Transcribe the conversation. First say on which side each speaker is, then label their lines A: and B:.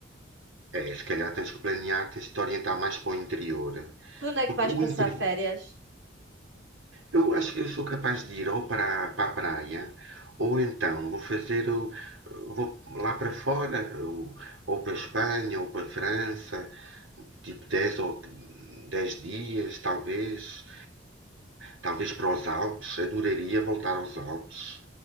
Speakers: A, on the right; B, on the right.
A: é, se calhar tens que planear, tens de te orientar mais para o interior. eh,
B: Tu onde é
A: Porque
B: que vais
A: o
B: passar
A: interior.
B: férias?
A: Eu acho que eu sou capaz de ir ou para, a- para a praia, ou então vou fazer o, vou lá para fora, ou, ou para a Espanha, ou para a França, tipo dez ou 10 dias, talvez, talvez para os Alpes. Adoraria voltar aos Alpes,